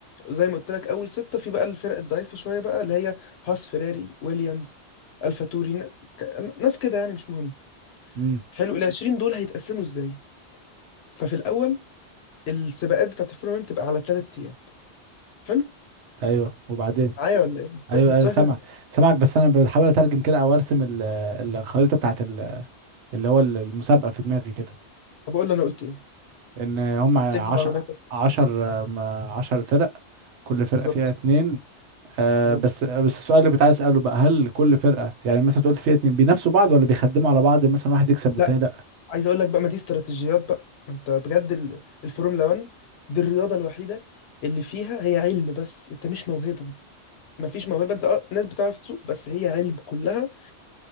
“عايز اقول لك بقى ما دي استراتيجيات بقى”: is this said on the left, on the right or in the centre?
Left